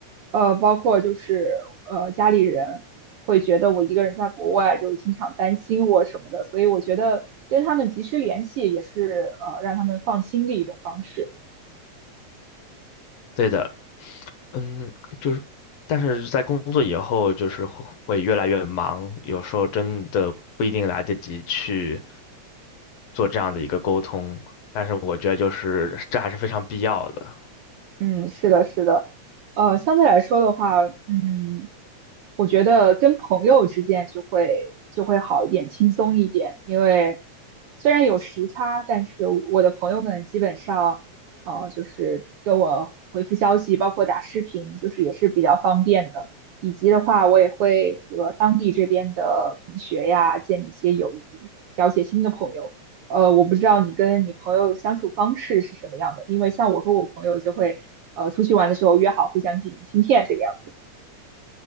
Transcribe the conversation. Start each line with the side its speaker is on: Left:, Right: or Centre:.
Right: 呃，包括就是呃，家里人会觉得我一个人在国外，就经常担心我什么的，所以我觉得跟他们及时联系也是呃，让他们放心的一种方式。
Left: 对的，嗯，就是，但是在工作以后，就是会会越来越忙，有时候真的不一定来得及去做这样的一个沟通，但是我觉得就是这还是非常必要的。
Right: 嗯，是的，是的，呃，相对来说的话，嗯，我觉得跟朋友之间就会就会好一点，轻松一点，因为虽然有时差，但是我的朋友们基本上，呃，就是跟我回复消息，包括打视频，就是也是比较方便的，以及的话，我也会和当地这边的同学呀建立一些友谊，交一些新的朋友。呃，我不知道你跟你朋友相处方式是什么样的，因为像我和我朋友就会，呃，出去玩的时候约好互相寄明信片这个样子。